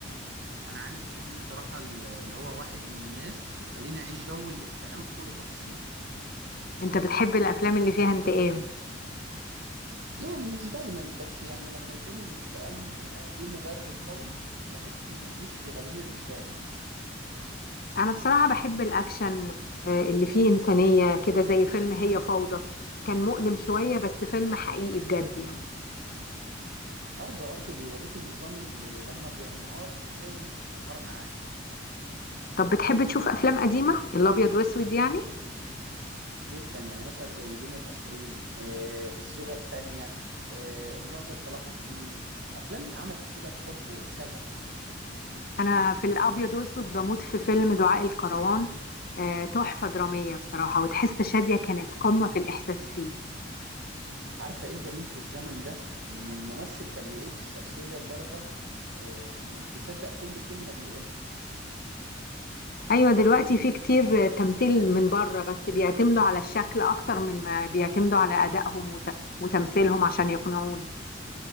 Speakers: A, on the right; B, on the left.
A: انا عندي فيلم بصراحة ال- اللي هو واحد من الناس بيخليني اعيش جو الانتقام بكل تفاصيله
B: انت بتحب الافلام اللي فيها انتقام
A: يعني مش دايما بس يعني لما يكون الانتقام آه، ليه مبرر قوي بحس انه بيشفي غليل المشاهد
B: انا بصراحة بحب الاكشن آه، اللي فيه انسانية كده زي فيلم هي فوضى كان مؤلم شوية بس فيلم حقيقي بجد يعني
A: او برضه بيوريك النظام اللي لما بينهار ازاي الناس بتنهار معاه
B: طب بتحب تشوف افلام قديمة الابيض واسود يعني
A: جدا يعني مثلا زي بين القصرين آه، الزوجة التانية آه، الناصر صلاح الدين افلام اتعملت كده بحب وشغف
B: انا في الابيض واسود بموت في فيلم دعاء الكروان آه، تحفة درامية بصراحة وتحس شادية كانت قمة في الاحساس فيه
A: عارفة ايه الجميل في الزمن ده ان الممثل كان بيعيش الشخصية لدرجة آه، انك تصدق كل كلمة بيقولها
B: ايوه دلوقتي في كتير آه، تمثيل من بره بس بيعتمدوا على الشكل اكتر من ما بيعتمدوا على ادائهم وت- وتمثيلهم عشان يقنعونا